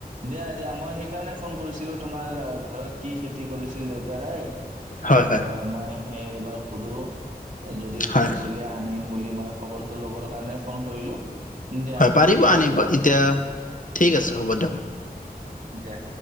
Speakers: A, on the right (about 50°); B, on the left (about 55°).
A: দিয়া- দিয়া মই সেইকাৰণে ফোন কৰিছিলো তোমাৰ ঘৰত কি খেতি কৰিছিল দেউতাৰাই?
B: হয় হয়
A: আ- মই সেই এইবাৰ সোধো। যদি
B: হয়
A: কৰিছিলে আনিম, বুলি মই খবৰটো ল'বৰ কাৰণে ফোন কৰিলো। দিয়া
B: হয় পাৰিব
A: ঠিক
B: আনিব
A: আছে দিয়া।
B: <unintelligible> ঠিক আছে হ'ব দিয়ক।
A: দেহ